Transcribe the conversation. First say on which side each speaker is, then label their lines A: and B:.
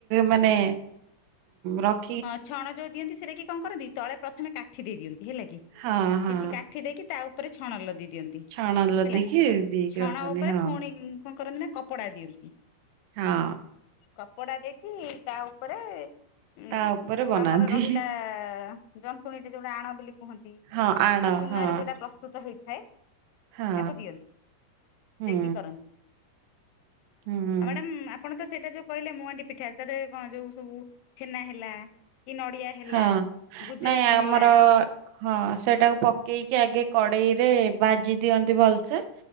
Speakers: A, on the right; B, on the left.
A: ମାନେ ରଖ୍
B: ହଁ ଛଣ ଯୋଉ ଦିଅନ୍ତି ସେଟା କି କଣ କରନ୍ତି। ତଳେ ପ୍ରଥମେ କାଠି ଦେଇ ଦିଅନ୍ତି। ହେଲା କି
A: ହଁ ହଁ
B: କିଛି କା କାଠି ଦେଇକି ତା ଉପରେ ଛଣ ଲଦି ଦିଅନ୍ତି। ରନ୍ତି
A: ଛଣ ଲଦିକି
B: ହେଲା
A: ଦେଇକି
B: ଛଣ
A: ରଖନ୍ତି
B: ଉପରେ
A: ହଁ
B: ପୁଣି କଣ କରନ୍ତି ନା କପ୍ କପଡା ଦିଅନ୍ତି।
A: ହଁ
B: କପଡା ଦେଇକି ତା ଉପରେ- ଉଁ
A: ତା ଉପରେ
B: ଯୋଉ
A: ବନାନ୍ତି
B: ଆମର ରହିଲା ଜନ୍ତୁଣୀଟି ଯୋଉଟା ଆଣ ବୋଲି କୁହନ୍ତି
A: ହଁ ଆଣ
B: ବା ଚୁନାରେ
A: ହଁ
B: ଯୋଉଟା ପ୍ର- ପ୍ରୁସ୍ତୁତ ହେଇଥାଏ
A: ହଁ
B: ତାକୁ ଦିଅନ୍ତି। ଦେଇକି
A: ହୁଁ
B: କରନ୍ତି।
A: ହୁଁ।
B: ଆଉ ମାଡାମ୍ ଆପଣ ତ ସେଇଟା ଯୋଉ କହିଲେ ମୁଆଁହାଣ୍ଡି ପିଠା ତାରେ କଣ ଯୋଉ ସବୁ। ଛେନା ହେଲା କି ନଡିଆ। ହେଲା
A: ହଁ
B: ଗୁଜୁରାତି
A: ନାଇଁ ଆମର
B: ହେଲା
A: ହଁ ସେଟାକୁ ପକେଇକି ଆଗେ କଡ଼େଇ ରେ ଭାଜି ଦିଅନ୍ତି ଭଲ ସେ